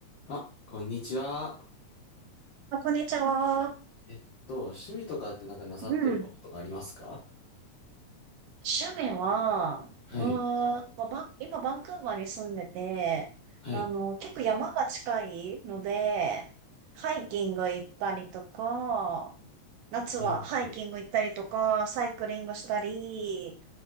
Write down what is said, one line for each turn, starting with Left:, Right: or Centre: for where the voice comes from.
Left: あ、こんにちは。
Right: あこんにちは。
Left: えっと、趣味とかってなんかなさってることとかありますか
Right: うん。趣味は、
Left: はい。
Right: うーん、まあバン今バンクーバーに住んでて、
Left: はい。
Right: あの、結構山が近いので、ハイキング行ったりとか、夏はハイキング行ったりとか、
Left: なるほど。
Right: サイクリングしたり、